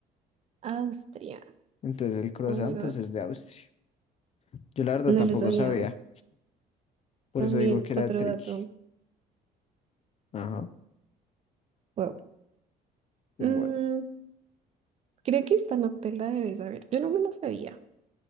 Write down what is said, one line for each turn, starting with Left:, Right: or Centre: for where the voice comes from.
Right: Austria.
Left: Entonces el croissant,
Right: Oh my God.
Left: pues es de Austria. Yo la verdad
Right: No
Left: tampoco
Right: lo sabía.
Left: sabía. Por
Right: También
Left: eso digo que era
Right: otro
Left: tricky.
Right: dato.
Left: Ajá.
Right: Wow.
Left: Bueno,
Right: Mm, creo que esta no te la debes saber. Yo no me la sabía.